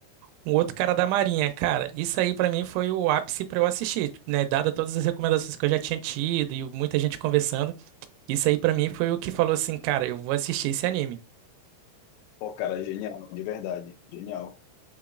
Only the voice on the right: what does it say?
um outro cara da Marinha. Cara, isso aí pra mim foi o ápice pra eu assistir, né? Dada todas as recomendações que eu já tinha tido e muita gente conversando, isso aí pra mim foi o que falou assim, cara, eu vou assistir esse anime.